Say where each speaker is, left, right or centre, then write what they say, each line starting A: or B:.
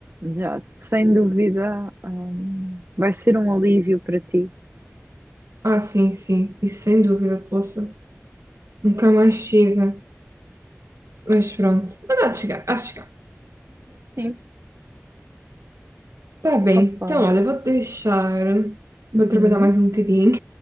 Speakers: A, on the right; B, on the right.
A: Já, sem dúvida, hum, vai ser um alívio para ti.
B: Ah, sim, sim, isso sem dúvida, poça. Nunca mais chega. Mas pronto, mas há de chegar, há de chegar.
A: Sim,
B: Tá bem,
A: opa.
B: então olha, vou-te deixar. Vou
A: Uhum.
B: trabalhar mais um bocadinho.